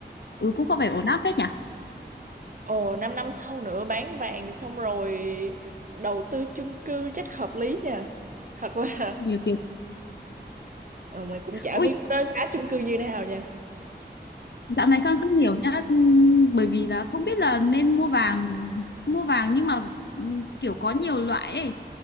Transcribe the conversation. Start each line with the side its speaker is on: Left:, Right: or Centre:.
Left: ừ cũng có vẻ ổn áp phết nhỉ
Right: Ồ, 5 năm sau nữa bán vàng xong rồi đầu tư chung cư chắc hợp lý nha. Thật là
Left: nhiều tiền
Right: ờ, mình cũng chả
Left: ui
Right: biết lúc đó giá chung cư như nào nha.
Left: Dạo này con không hiểu nhá, ừm, bởi vì là không biết là nên mua vàng, mua vàng nhưng mà ừm, kiểu có nhiều loại ấy.